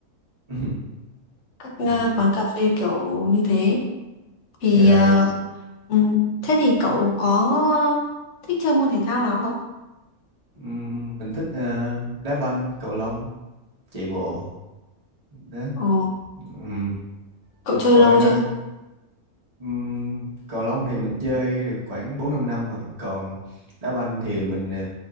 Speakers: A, on the right (about 25°); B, on the left (about 55°).
A: Ừ.
B: Các ờ,
A: Ừ.
B: quán cà phê kiểu như thế thì
A: vậy là
B: ờ, ừm, thế thì cậu có thích chơi môn thể thao nào không?
A: ừ, mình thích ờ, đá banh cầu lông chạy bộ đó
B: Ồ,
A: ừ.
B: cậu chơi
A: còn
B: lâu
A: Lan
B: chưa?
A: Anh ừ, cầu lông thì mình chơi được khoảng bốn năm năm rồi còn đá banh thì mình ờ,